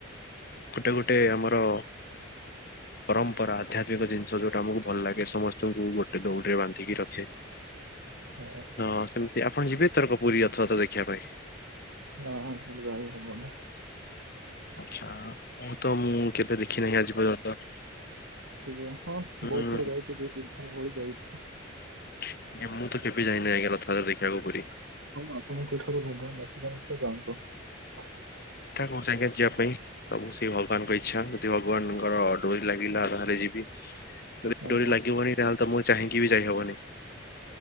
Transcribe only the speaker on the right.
ହଁ
ଆ ସେଠି ରହି ହବନି।
ଠିକ ହଁ
ବହୁତ ଥର ଯାଇଛି ଦିଇ ତିନି ଥର ପରେ ଯାଇଛି
ଆପଣ କେତେ ଥର <unintelligible>
ଆଜ୍ଞା